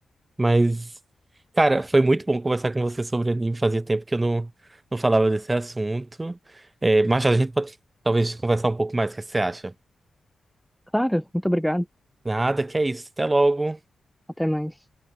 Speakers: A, on the right; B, in the centre.
A: Mas, cara, foi muito bom conversar com você sobre anime. Fazia tempo que eu não, não falava desse assunto. É, mas a gente pode talvez conversar um pouco mais. O que você acha?
B: Claro, muito obrigado.
A: Nada, que é isso. Até logo.
B: Até mais.